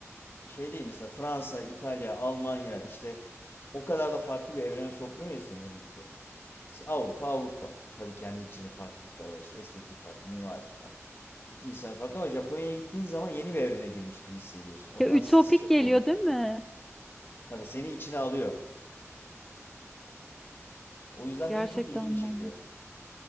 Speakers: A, on the left (about 50°); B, in the centre.
A: şey değil mesela Fransa, İtalya, Almanya işte o kadar da farklı bir evrene sokmuyor ya seni her ülke. İşte Avrupa Avrupa. Tabii kendi içinde farklılıklar var işte estetiği farklı, mimarisi farklı. İnsan farklı ama Japonya'ya gittiğin zaman yeni bir evrene girmiş gibi hissediyorsun. Otantisitesi
B: Ya ütopik
A: çok
B: geliyor
A: kuvvetli.
B: değil mi?
A: Tabii seni içine alıyor. O yüzden
B: Gerçekten
A: benim çok ilgimi çekiyor.
B: bambaşka.